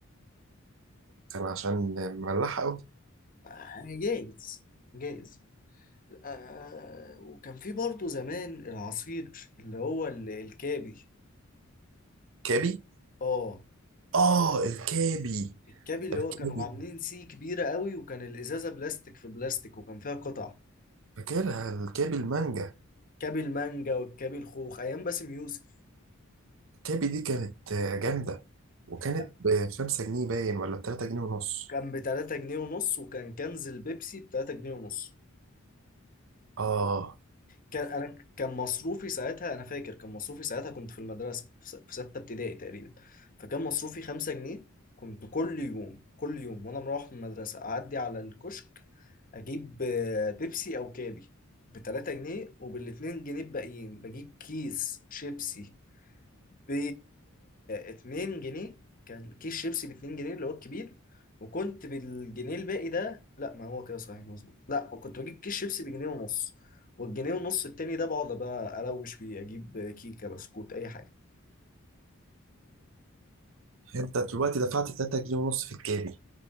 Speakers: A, on the right; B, on the left.
A: كان عشان مملحة
B: يعني جايز جايز آه وكان في برضه زمان العصير اللي هو ال- الكابي
A: كابي
B: اه
A: اه الكابي
B: الكابي اللي
A: الكابي
B: هو كانوا عاملين سي كبيرة قوي وكان الإزازة بلاستيك في بلاستيك وكان فيها قطع
A: فاكرها الكابي المانجا
B: كابي المانجا والكابي الخوخ أيام باسم يوسف
A: الكابي دي كانت آه، جامدة وكانت
B: آه،
A: بخمسة جنيه باين ولا بتلاتة جنيه ونص
B: كان بتلاتة جنيه ونص وكان كنز البيبسي بتلاتة جنيه ونص
A: اه
B: كان انا ك- كان مصروفي ساعتها انا فاكر كان مصروفي ساعتها كنت في المدرسه في س- في سته ابتدائي تقريبا فكان مصروفي خمسة جنيه كنت كل يوم كل يوم وانا مروح من المدرسه اعدي على الكشك اجيب آه، بيبسي او كابي ب 3 جنيه وبال 2 جنيه الباقيين بجيب كيس شيبسي ب 2 جنيه كان كيس شيبسي ب 2 جنيه اللي هو الكبير وكنت بالجنيه الباقي ده لا ما هو كده صحيح مظبوط لا كنت بجيب كيس شيبسي بجنيه ونص والجنيه ونص التاني ده بقعد بقى اروش بيه اجيب كيكه بسكوت اي حاجه
A: انت دلوقتي دفعت تلاتة جنيه ونص في الكابي